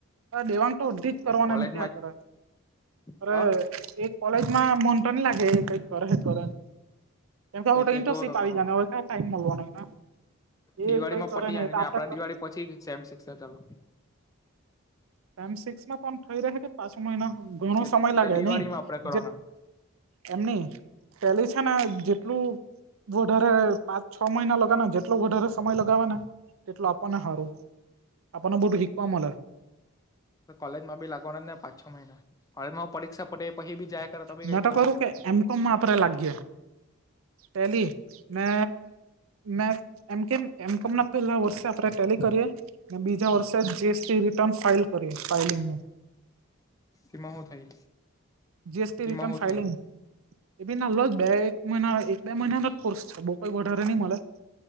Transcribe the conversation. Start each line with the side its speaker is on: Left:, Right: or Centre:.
Right: હ દેવાંગ તો બધી જ કરવાના
Left: કોલેજમાં
Right: એમ ક્યાં કરે
Left: જ
Right: અ
Left: હ
Right: એક કોલેજમાં મન તોન લાગે કંઈક કરેે કરેને કેમ કે
Left: એ
Right: તો
Left: કેતો
Right: ઇન્ટરિપશિપ
Left: હતો
Right: આવી
Left: કરવાનો
Right: જા ને, ક્યાં ટાઈમ મળલવાનો એને એ
Left: દિવાળીમાં
Right: કઈ કરે
Left: પતિને
Right: નહી
Left: અને
Right: આપડે
Left: આપડા દિવાળી પછી સેમ સિક્સ ચાલુ,
Right: ટાઈમ સિક્સમાં પણ થઈ રહે કે પાંચ મહિના ઘણો
Left: એ
Right: સમય
Left: એ
Right: લાગે
Left: તો દિવાળીમાં
Right: નહીં
Left: આપડે કરવાના
Right: જે એમની પેલી છે ને જેટલું વધારે પાંચ છ મહિના લગાને જેટલો વધારે સમય લગાવવાને તેટલું આપણને સારું આપણને બધું શીખવા મલે.
Left: કોલેજમાં ભી લાગવાના જ ને પાંચ છ મહિના કોલેજમાં પરીક્ષા પડે એ પછી ભી જાય. કરે તો બી
Right: નાટક
Left: કઈ થવાનું
Right: કરું
Left: આપડાને
Right: કે એમ. કોમમા આપડે લાગીએ પહેલી મે મેમ એમ કેમ એમ કોમ ના પેલા વર્ષે આપણે ટેલી કરીએ? અને બીજા વર્ષે જ જીએસટી રિટર્ન ફાઇલ કરી ફાઈલિંગનું.
Left: એમાં હું થાય?
Right: જીએસટી રિટર્ન
Left: એમાં હું
Right: ફાઈલિંગ.
Left: થઈ
Right: એ બી ના લો બે એક મહિના એક બે મહિના નો જ કોર્સ છે બઉ કોઈ વધારે નહી મળે.